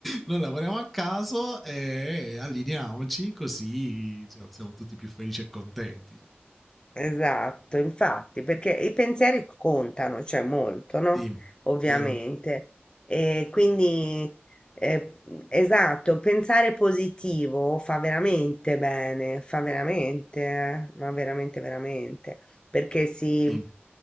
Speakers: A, in the centre; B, on the left (about 25°).
A: Noi lavoriamo a caso e allineiamoci così cioè, siamo tutti più felici e contenti.
B: Esatto, infatti, perché i pensieri contano, cioè molto, no?
A: Sì,
B: Ovviamente.
A: vero?
B: E quindi, eh, esatto, pensare positivo fa veramente bene, fa veramente, eh, ma veramente, veramente, perché si,
A: Sì,